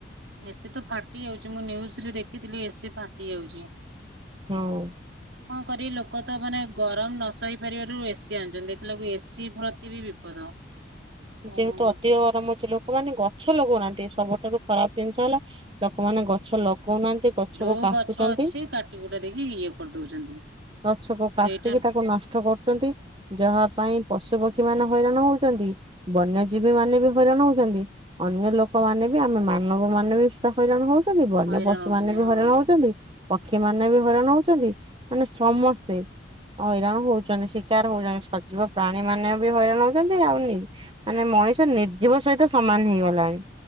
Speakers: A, on the right (about 90°); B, on the right (about 30°).
A: ଏସି ତ ଫାଟି ଯାଉଛି। ମୁଁ ନ୍ୟୁଜରେ ଦେଖିଥିଲି ଏସି ଫାଟି ଯାଉଛି।
B: ହଉ।
A: କଣ କରିବେ ଲୋକ ତ ମାନେ ଗରମ ନ ସ ସହି ପାରିବାରୁ ଏସି ଆଣୁଛନ୍ତି। ଦେଖିଲା କୁ ଏସିି ପ୍ରତି ବି ବିପଦ। ହଁ
B: ଯେହେତୁ ଅଧିକ ଗରମ ହେଉଛି ଲୋକମାନେ ଗ ଛ ଲଗଉନାହାନ୍ତି। ସବୁଠାରୁ ଖରାପ ଜିନିଷ ହେଲା ଲୋକମାନେ ଗଛ ଲଗଉନାହାନ୍ତି। ଗଛକୁ
A: ଯୋଉ
B: କାଟୁଛନ୍ତି।
A: ଗଛ ଅଛି କାଟି କୁଟା ଦେଇକି। ଇଏ କରିଦଉଛନ୍ତି।
B: ଗଛକୁ
A: ସେଇଟା
B: କାଟିକି ତାକୁ ନଷ୍ଟ କରୁଛନ୍ତି। ଯାହା ପାଇଁ ପଶୁ ପକ୍ଷୀ ମାନେ ହଇରାଣ ହଉଛନ୍ତି। ବନ୍ୟଜୀବୀ ମାନେ ବି ହଇରାଣ ହଉଛନ୍ତି। ଅନ୍ୟ ଲୋକମାନେ ବି ଆମେ ମା ନବ ମାନେ ବି ସୁଧା ହଇରାଣ ହଉଛନ୍ତି। ବନ୍ୟ
A: ହଇରାଣ
B: ପଶୁ
A: ହଉଛନ୍ତି
B: ମାନେ ବି
A: ହଁ।
B: ହଇରାଣ ହଉଛନ୍ତି। ପକ୍ଷୀ ମାନେ ବି ହଇରାଣ ହଉଛନ୍ତି। ମାନେ ସମସ୍ତେ। ହଇରାଣ ହଉଛନ୍ତି, ଶିକାର ହଉଛନ୍ତି। ସଜୀବ ପ୍ରାଣୀ ମାନେ ବି ହଇରାଣ ହଉଛନ୍ତି। ଆଉ ନିର୍ଜି ମାନେ ମଣିଷ ନିର୍ଜୀବ ସହିତ ସମାନ ହେଇଗଲାଣି।